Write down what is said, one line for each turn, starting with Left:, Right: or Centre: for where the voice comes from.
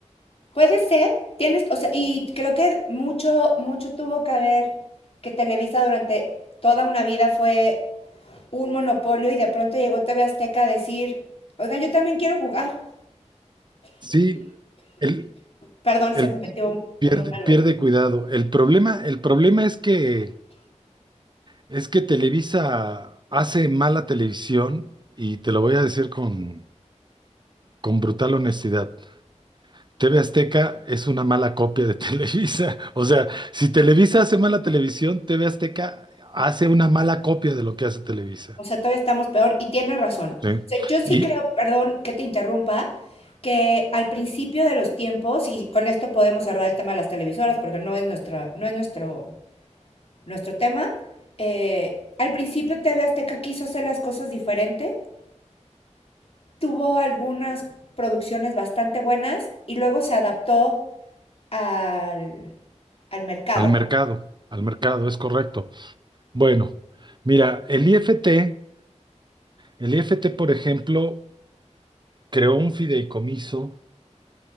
Left: Puede ser, tienes, o sea, y creo que mucho, mucho tuvo que ver que Televisa durante toda una vida fue un monopolio y de pronto llegó TV Azteca a decir, oigan, yo también quiero jugar.
Right: Sí, el,
Left: Perdón, se
Right: el
Left: me metió un,
Right: pierde,
Left: un algo.
Right: pierde cuidado. El problema, el problema es que es que Televisa hace mala televisión, y te lo voy a decir con con brutal honestidad. TV Azteca es una mala copia de <laughs> Televisa. O sea, si Televisa hace mala televisión, TV Azteca hace una mala copia de lo que hace Televisa.
Left: O sea, todavía estamos peor y tiene razón.
Right: ¿sí?
Left: O sea, yo sí
Right: Y
Left: creo, perdón que te interrumpa, que al principio de los tiempos, y con esto podemos cerrar el tema de las televisoras porque no es nuestra, no es nuestro nuestro tema. Eh, al principio TV Azteca quiso hacer las cosas diferente, tuvo algunas producciones bastante buenas y luego se adaptó al, al mercado.
Right: al mercado, al mercado, es correcto. Bueno, mira, el IFT, el IFT, por ejemplo, creó un fideicomiso